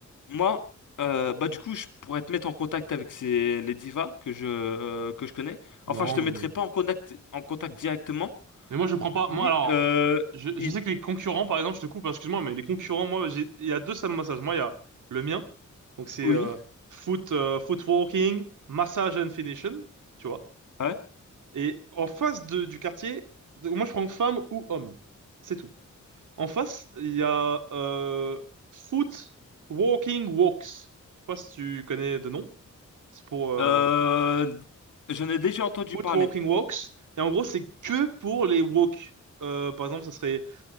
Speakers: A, on the left (about 80°); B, on the right (about 80°).
A: Moi, euh, bah du coup, je pourrais te mettre en contact avec ces, les divas que je, euh, que je connais. Enfin,
B: Non,
A: je te mettrai
B: mais...
A: pas en contact, en contact directement,
B: mais moi je prends pas. Moi
A: mais
B: alors,
A: euh,
B: je, je
A: il-
B: sais que les concurrents, par exemple, je te coupe, hein, excuse-moi, mais les concurrents, moi, j'ai il y a deux salles de massage. Moi, il y a le mien, donc c'est
A: oui,
B: euh, foot, euh, foot walking, massage and finishing, tu vois.
A: ouais.
B: Et en face de, du quartier, donc moi je prends femme ou homme, c'est tout. En face, il y a euh, foot walking walks. Je sais pas si tu connais de nom. C'est pour euh,
A: Euh, j'en ai déjà entendu
B: foot
A: parler.
B: walking walks. Et en gros, c'est que pour les walks. Euh, par exemple, ça serait